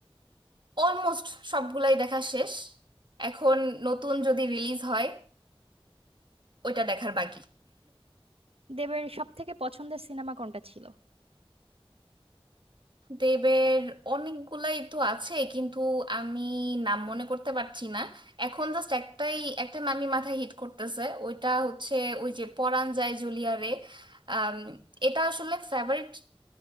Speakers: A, on the right; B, on the right.
A: অলমোস্ট সবগুলাই দেখা শেষ এখন নতুন যদি রিলিজ হয় ওইটা দেখার বাকি
B: দেবের সব থেকে পছন্দের সিনেমা কোনটা ছিল
A: দেবের অনেকগুলাই তো আছে কিন্তু আমি নাম মনে করতে পারছি না এখন জাস্ট একটাই একটা নামই মাথায় হিট করতেছে ওইটা হচ্ছে ওই যে পরাণ যায় জুলিয়া রে আম, এটা আসলে ফেভারিট